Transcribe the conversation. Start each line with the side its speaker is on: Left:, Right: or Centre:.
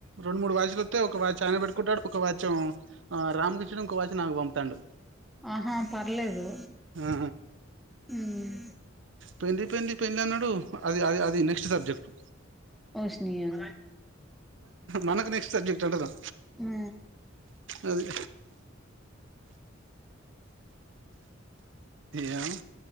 Right: రెండు మూడు వాచ్లు వతే ఒక వాచ్ ఆయన పెట్టుకుంటాడు ఒక వాచ్ ఏమో రామకృష్ణడు ఇంకో వాచ్ నాకు పంపుతాండు
Centre: ఆహా పర్లేదు
Right: ఆ
Centre: హ్మ్
Right: పెండ్లి పెండ్లి పెళ్ళ అన్నాడు అది అది అది నెక్స్ట్ సబ్జెక్టు
Centre: ఓసిని య
Right: మనకి నెస్ట్ సబ్జెక్టు అంటున్నా
Centre: ఆ
Right: అది ఏమో